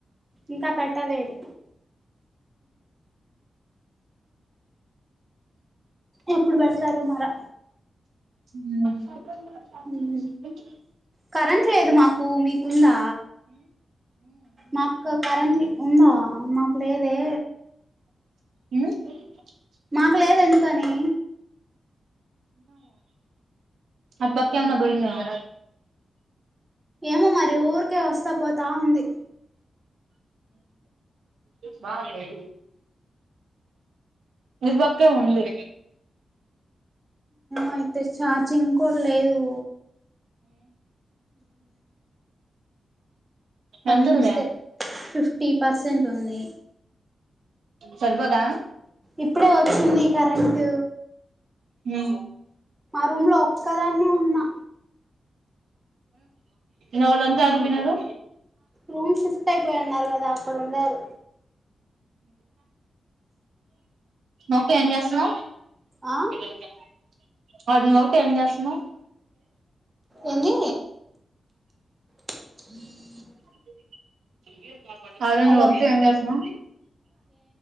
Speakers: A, on the right (about 20°); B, on the right (about 80°).
A: ఇంకా పెట్టలేదు ఎప్పుడు పెడతారో మరా
B: <unintelligible>
A: ఉహు కరెంట్ లేదు మాకు మీకుందా మాకు కరెంట్ ఉందా మాకు లేదే
B: <unintelligible>
A: మాకు లేదు ఎందుకని
B: అటు పక్క ఏమైనా పోయిందేమో
A: ఏమో మరి ఊరికే వస్తా పోతా ఉంది
B: బాగుంది మీ పక్కే ఉంది
A: అయితే చఛార్జింగ్ కూడా లేదు కరెంట్
B: ఎంతుంది
A: వస్తే ఫిఫ్టీ పర్సెంట్ ఉంది
B: సరిపోదా
A: ఇప్పుడే వచ్చింది కరెంటట్
B: హ
A: రూమ్ లో ఒక్కదాన్న ఉన్నా
B: వాళ్ళంతా యట్టి పోయినారు
A: రూమ్ షిఫ్ట్ అయిపోయిన్నారు కదా అక్కడ ఉండరు
B: ఏం చేస్తున్నా
A: ఆ
B: <unintelligible> వాడునువు టైం చేస్తు ను
A: ఏంది <unintelligible>
B: <unintelligible> అదే
A: హలో
B: నువ్వు ఒకటి ఏం చేస్తాన్నా